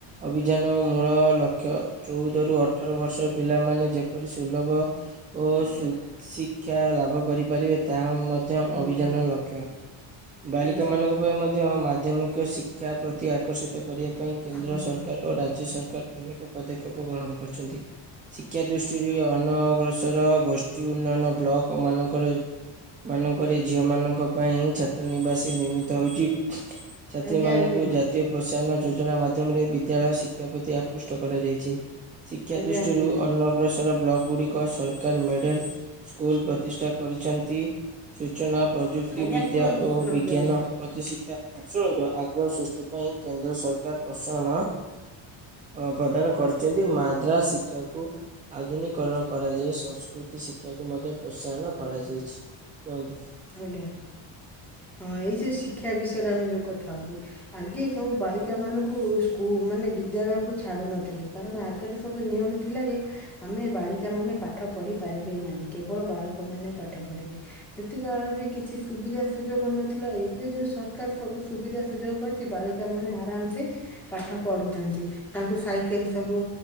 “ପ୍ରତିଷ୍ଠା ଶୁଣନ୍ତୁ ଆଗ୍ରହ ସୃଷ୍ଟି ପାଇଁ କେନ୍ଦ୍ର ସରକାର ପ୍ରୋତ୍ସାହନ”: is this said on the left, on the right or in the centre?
Right